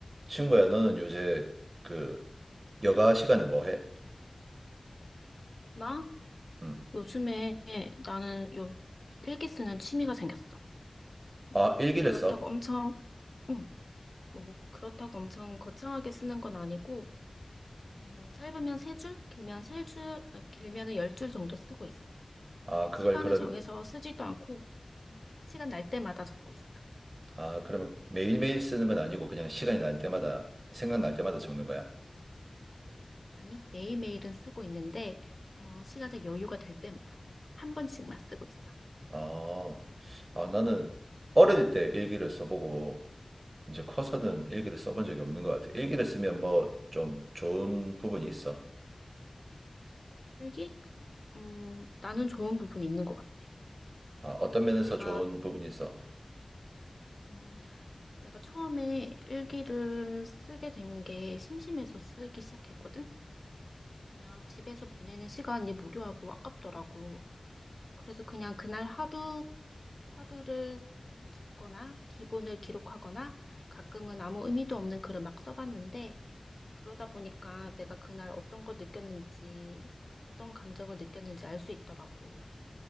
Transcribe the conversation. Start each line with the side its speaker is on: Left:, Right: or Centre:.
Right: 친구야, 너는 요새 그 여가 시간에 뭐 해?
Left: 나?
Right: 음.
Left: 요즘에 나는 요 일기 쓰는 취미가 생겼어. 뭐,
Right: 아, 일기를
Left: 그렇다고
Right: 써?
Left: 엄청, 응, 뭐, 그렇다고 엄청 거창하게 쓰는 건 아니고, 어, 짧으면 세 줄, 길면 세 줄, 아, 길면은 열 줄 정도 쓰고 있어.
Right: 아, 그걸
Left: 시간을
Right: 그럼
Left: 정해서 쓰지도 않고, 음, 시간 날 때마다 적고 있어.
Right: 아, 그러면 매일매일 쓰는 건 아니고 그냥 시간이 날 때마다 생각날 때마다 적는 거야?
Left: 아니, 매일매일은 쓰고 있는데, 어, 시간에 여유가 될 때마다 한 번씩만 쓰고 있어.
Right: 아, 아, 나는 어릴 때 일기를 써보고 이제 커서는
Left: 음,
Right: 일기를 써본 적이 없는 것 같아. 일기를 쓰면 뭐 좀 좋은 부분이 있어?
Left: 일기? 음, 나는 좋은 부분이 있는 것 같아.
Right: 아, 어떤 면에서
Left: 내가
Right: 좋은 부분이 있어?
Left: 음, 내가 처음에 일기를 쓰게 된 게 심심해서 쓰기 시작했거든? 그냥 집에서 보내는 시간이 무료하고 아깝더라고. 그래서 그냥 그날 하루, 하루를 적거나 기분을 기록하거나 가끔은 아무 의미도 없는 글을 막 써봤는데 그러다 보니까 내가 그날 어떤 걸 느꼈는지, 어떤 감정을 느꼈는지 알 수 있더라고.